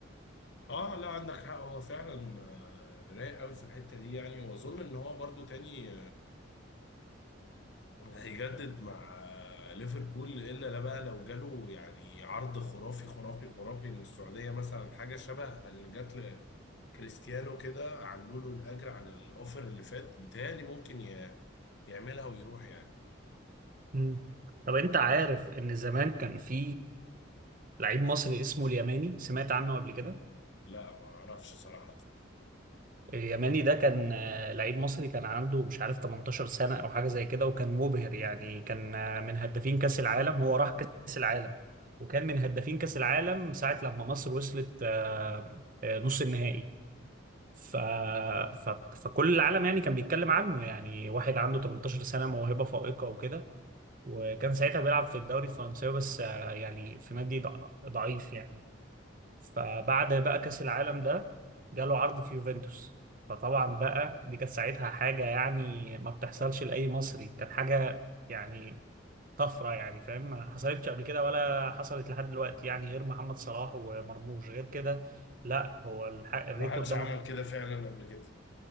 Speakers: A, on the left; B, on the right.
A: آه لا عندك حق هو فعلا آه، رايق قوي في الحتة دي يعني وأظن إن هو برضو تاني هيجدد مع ليفربول الا لا بقى لو جاله يعني عرض خرافي خرافي خرافي من السعوديه مثلا حاجه شبه اللي جات لكريستيانو كده علوا له الاجر على الاوفر اللي فات بتهيألي ممكن ي- يعملها ويروح يعني
B: مم. طب انت عارف ان زمان كان في لعيب مصري اسمه اليماني سمعت عنه قبل كده
A: لا ما اعرفش صراحه
B: اليماني ده كان آه، لعيب مصري كان عنده مش عارف 18 سنة او حاجة زي كده وكان مبهر يعني كان آه، من هدافين كأس العالم هو راح كأس العالم وكان من هدافين كأس العالم ساعة لما مصر وصلت آه، آه، نص النهائي ف... ف... فكل العالم يعني كان بيتكلم عنه يعني واحد عنده 18 سنة موهبة فائقة وكده وكان ساعتها بيلعب في الدوري الفرنساوي بس آه، يعني في نادي ضع- ضعيف يعني فبعد بقى كأس العالم ده جاله عرض في يوفنتوس فطبعا بقى دي كانت ساعتها حاجة يعني ما بتحصلش لأي مصري كانت حاجة يعني طفرة يعني فاهم ما حصلتش قبل كده ولا حصلت لحد دلوقتي يعني غير محمد صلاح ومرموش غير كده لا هو الح- الريكورد
A: ما حدش
B: ده
A: عمل
B: منطق-
A: كده فعلا قبل كده